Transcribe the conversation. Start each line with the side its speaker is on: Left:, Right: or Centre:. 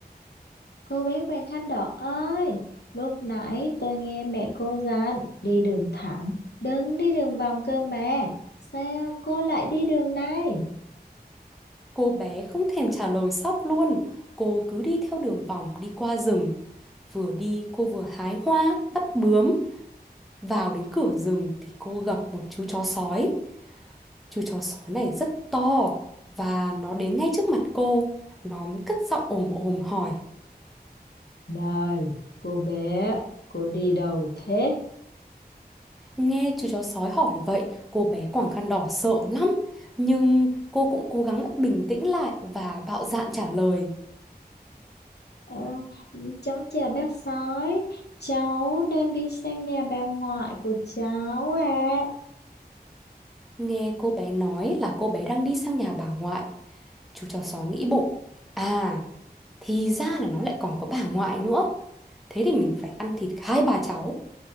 Left: cô bé Quàng Khăn Đỏ ơi, lúc nãy tôi nghe mẹ cô dặn đi đường thẳng, đừng đi đường vòng cơ mà. Sao cô lại đi đường này?
Centre: Cô bé không thèm trả lời sóc luôn, cô cứ đi theo đường vòng đi qua rừng. Vừa đi cô vừa hái hoa, bắt bướm. Vào đến cửa rừng thì cô gặp một chú chó sói. Chú chó sói này rất to và nó đến ngay trước mặt cô. Nó mới cất giọng ồm ồm hỏi.
Left: Này, cô bé, cô đi đâu thế?
Centre: Nghe chú chó sói hỏi vậy, cô bé quàng khăn đỏ sợ lắm. Nhưng cô cũng cố gắng bình tĩnh lại và bạo dạn trả lời.
Left: Ờ, cháu chào bác sói, cháu đang đi sang nhà bà ngoại của cháu ạ. À.
Centre: Nghe cô bé nói là cô bé đang đi sang nhà bà ngoại. Chú chó sói nghĩ bụng. À, thì ra là nó lại còn có bà ngoại nữa. Thế thì mình phải ăn thịt hai bà cháu.